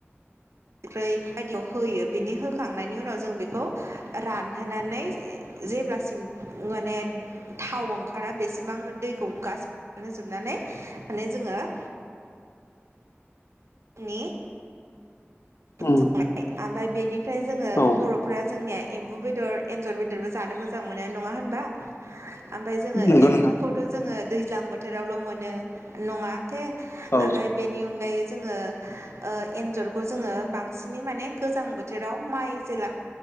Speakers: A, on the right (about 85°); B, on the left (about 70°).
A: सख्रैं बायदिखौ होयो बिनि होखांनायनि उनाव जों बेखौ रानहोनानै। जेब्लासिम माने। थाव ओंखारा बेसेबां दैखौ गानहोजोबनानै <unintelligible> माने जोङो <inaudible> नि <unintelligible>
B: उम
A: संनाय ओमफ्राय बेनिफ्राय जोङो
B: औ
A: बर'फोरा जोंनिया एम्बु बेदर एन्जर बेदरबो जानो मो जां मोनो नङा होनबा ओमफ्राय जोङो
B: नंगौ
A: एम्बुखौथ'
B: नोंथां
A: जोङो दैज्लां बोथोरावल' मोनो नङा माथे
B: औ
A: ओमफ्राय बेनि अनगायै जोङो ओ एनजरखौ जोङो बांसिनै माने गोजां बोथोराव माइ जेला